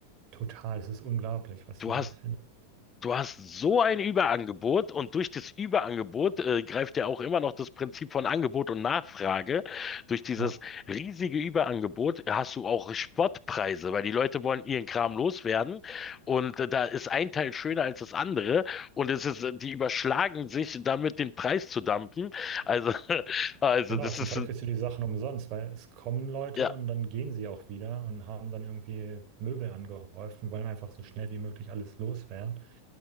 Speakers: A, on the right (about 40°); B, on the left (about 20°).
A: Total, es ist unglaublich, was
B: Du
A: du da
B: hast
A: findest.
B: Du hast so ein Überangebot und durch das Überangebot äh, greift ja auch immer noch das Prinzip von Angebot und Nachfrage. Durch dieses
A: Ja.
B: riesige Überangebot hast du auch Spottpreise, weil die Leute wollen ihren Kram loswerden und äh, da ist ein Teil schöner als das andere und es ist, äh, die überschlagen sich damit den Preis zu dumpen. Also, <laughs> also
A: Genau,
B: das
A: zum
B: ist
A: Teil kriegst du die Sachen umsonst, weil es kommen Leute
B: äh,
A: und dann gehen sie auch wieder und haben dann irgendwie Möbel angehäuft und wollen einfach so schnell wie möglich alles loswerden.